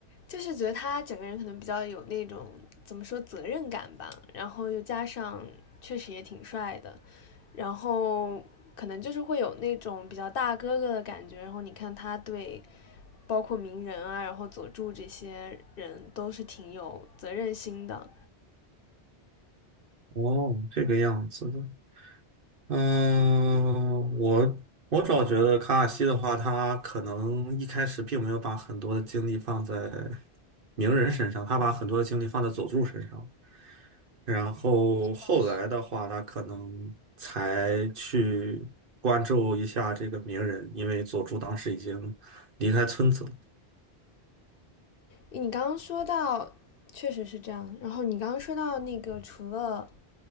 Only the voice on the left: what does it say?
就是觉得他整个人可能比较有那种怎么说责任感吧，然后又加上确实也挺帅的，然后可能就是会有那种比较大哥哥的感觉。然后你看他对包括鸣人啊，然后佐助这些人都是挺有责任心的。
嗯，
你刚刚说到，确实是这样。然后你刚刚说到那个，除了